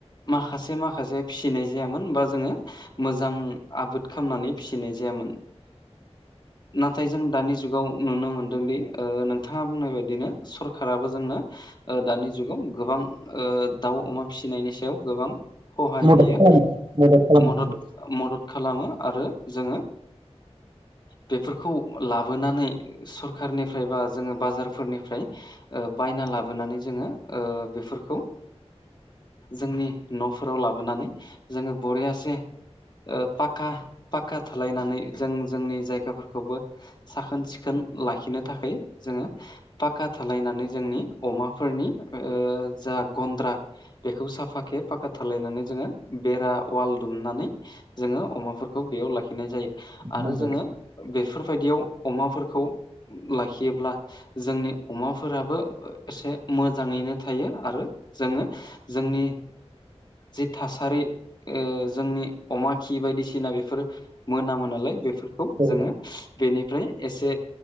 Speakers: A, on the left (about 40°); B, on the right (about 45°).
A: माखासे माखासे फिसिनाय जायामोन बा जोङो मोजां आबाद खालामनानै फिसिनाय जायामोन। नाथाय जों दानि जुगाव नुनो मोनदोंदि नोंथाङा बुंनाय बायदिनो सरखाराबो जोंनो। दानि जुगाव गोबां दाउ अमा फिसिनायनि सायाव गोबां। सहाय
B: मदद
A: होयो
B: खालामदों खालामदों
A: मदद। मदद खालामो आरो जोङो बे लाबोनानै सरखारनिफ्राय बा जोङो बाजारफोरनिफ्राय बायना लाबोनानै जोङो बेफोरखौ जोंनि न'फोराव लाबोनानै जोङो बरियासे पा पाक्का थालायनानै जों जोंनि जायगा खौबो साखोन सिखोन लाखिनो थाखाय जोङो। पाक्का थालायनानै जोंनि अमाफोरनि जा गन्द्रा बेखौ साफााखे फाक्का थालायनानै जोङो बेरा वाल दुमनानै जोङो अमाफोरखौ बेयाव लाखिनाय जायो आरो
B: नंगौ
A: जोङो बेफोरबायदियाव अमाफोरखौ लाखियोब्ला जोंनि अमाफोराबो एसे मोजाङैनो थायो आरो। जोङो जोंनि जि थासारि जोंनि। अमा खि बायदिसिना बेफोर मोनामो नालाय बेफोरखौ
B: औ
A: जोङो। बेनिफ्राय एसे